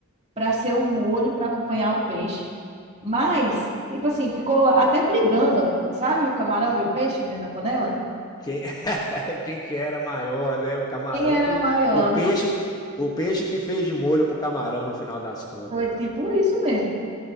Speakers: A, on the right (about 30°); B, on the left (about 20°).
A: para ser o molho para acompanhar o peixe. Mas, tipo assim, ficou até brigando, sabe? O camarão e o peixe dentro da panela?
B: Quem, <laughs> quem que era maior, né? O camarão
A: Quem era
B: que.
A: maior?
B: O peixe. O peixe que fez de molho pro camarão no final das contas,
A: Foi
B: então.
A: tipo isso mesmo.